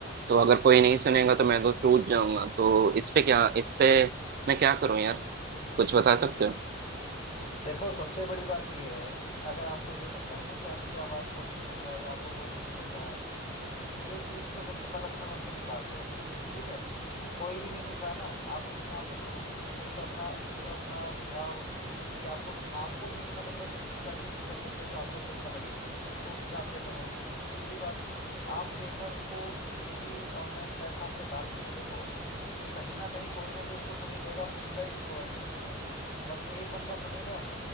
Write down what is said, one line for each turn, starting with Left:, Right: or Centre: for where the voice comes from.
Right: तो अगर कोई नहीं सुनेगा तो मैं तो टूट जाऊंगा तो इस पे क्या इस पे मैं क्या करूं यार कुछ बता सकते हो
Left: देखो सबसे बड़ी बात ये है कि अगर आपको ये लगता है ना कि आपकी आवाज़ कोई नहीं सुन रहा है या आपको कोई नहीं सुन रहा है ये चीज़ तो सबसे पहले अपने मन से निकाल दो ठीक है कोई भी नहीं सुन रहा ना आप अपने आप को तो खुद ही सुन सकते हो अपना सुझ, अपना सुझाव कि भाई आपको आपको नहीं अच्छा लग रहा तो उसमें क्या चेंज कर सकते हैं जो आपको भी अच्छा लगे तो उस हिसाब से करो दूसरी बात आप एक बार उसको किसी भी ऑनलाइन प्लेटफॉर्म पे डाल के तो देखो कहीं ना कहीं कोई ना कोई उसको सुन ही लेगा फीडबैक भी प्रोवाइड करेगा जब एक बंदा सुनेगा